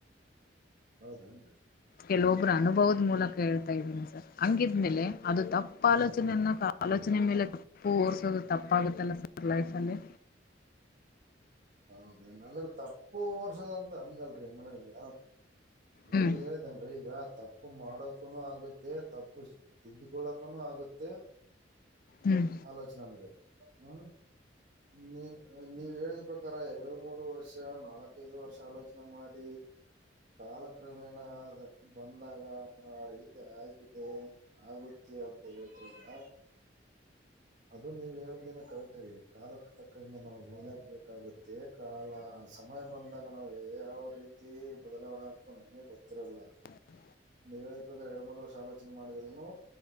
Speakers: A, on the right (about 45°); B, on the left (about 50°).
A: ಹೌದನ್ರಿ.
B: ಕೆಲವೊಬ್ರು ಅನುಭವದ ಮೂಲಕ ಹೇಳ್ತಾ ಇದ್ದೀನಿ ಸರ್ ಹಂಗಿದ್ಮೇಲೆ ಅದು ತಪ್ಪ
A: ಹ್ಮ್
B: ಆಲೋನನ್ನ. ಆಲೋಚನೆ ಮೇಲೆ ತಪ್ಪು ಓದಿರ್ಸೋದು ತಪ್ಪಾಗುತ್ತಲ್ಲ ಸರ್ ಲೈಫಲ್ಲಿ.
A: ಹೌದೇ ಅಂದ್ರೆ ತಪ್ಪು ಹೋರಿಸೋದು ಹಂಗಲ್ರಿ ಮೇಡಮ್ ಈಗ. ಅದ್ರಲ್ಲಿ
B: ಹ್ಮ್
A: ಹೇಳ್ದೇನೀ ಈಗ ಆ ತಪ್ಪು. ತಪ್ಪು ಮಾಡೋಕನು ಆಗುತ್ತೆ ತಪ್ಪು ತಿಂದ್ಕೊಳ್ಳಕನು ಆಗುತ್ತೆ.
B: ಹ್ಮ್
A: ಆಲೋಚನಾ ಅಂದ್ರೆ ಹ್ಮ ನೀ ನೀವ್ ಹೇಳ. ಪ್ರಕಾರ ಎರಡು ಮೂರು ವರ್ಷ ನಾಲ್ಕೈದು ವರ್ಷ ಆಲೋಚನೆ ಮಾಡಿ. ಕಾಲಕ್ರಮೇಣ ಅದೇ ಬಂದು. ಬಂದಾಗ ಆರೀತಿ ಆಗಿದೆ ಆಗುತ್ತೆ ಅಂತ ಹೇಳಿದ್ರಿಂದ. ಅದು ನೀವ್ ಎರಡ್ದಿನ ಕರೆಕ್ಟ್ ಹಾಗಿ ಕಾಲಕ್ಕೆ ತಕ್ಕಂಗೆ ನಾವು ಬೇಕಾಗುತ್ತೆ. ಮತ್ತ ಕಾಲ ಸಮಯ ಬಂದಾಗ ನಾವ್ ಯಾವ ರೀತಿ ಬದಲಾವಣೆ ಆಗ್ತೋ ನಮಗೆ ಗೊತ್ತಿರಲ್ಲ
B: <inaudible>
A: ನೀವು ಹೇಳಿದ ಪ್ರಕಾರ ಎರಡು ಮೂರು ವರ್ಷ ಆಲೋಚನೆ ಮಾಡಿದ್ರುನು